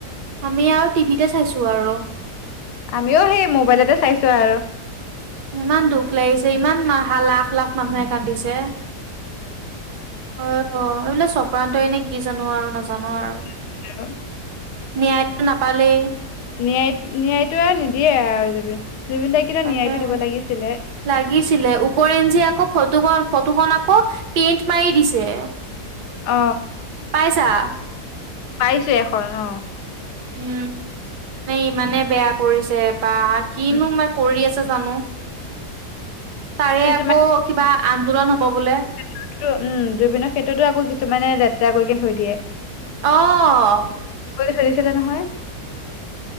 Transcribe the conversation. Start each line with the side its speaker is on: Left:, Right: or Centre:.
Right: আমি আৰু টিভিতে চাইছো আৰু।
Left: আমিও সেই মোবাইলতে চাইছো আৰু।
Right: ইমান দুখ লাগিছে ইমানা লাখ লাখ মানুহে কান্দিছে। অ এইবোলে চক্ৰান্তই এনে কি জানো আৰু নাজানো আৰু।
Left: <inaudible>
Right: ন্যায়টো নাপালে।
Left: ন্যায় ন্যায়টো আৰু নিদিয়ে আৰু জুবিন। জুবিন দাই কিন্তু
Right: তাকে
Left: ন্যায়টো দিব লাগিছিলে
Right: লাগিছিলে উপৰেঞ্চি আকৌ। ফটোখন ফটোখন আকৌ পেইন্ট মাৰি দিছে।
Left: অ
Right: পাইছা।
Left: পাইছে এখন অ।
Right: উম মানে ইমানে বেয়া কৰিছে এপাহ কিনো
Left: উম,
Right: মই কৰি আ জানো তাৰে
Left: কিছুমান
Right: আকৌ কিবা আন্দোলন হব বোলে।
Left: উম জুবিনৰ ক্ষেত্ৰতো আকৌ কিছুমানে লেতেৰা কৰিকে থৈ দিয়ে।
Right: অহ।
Left: চলিছিলে নহয়।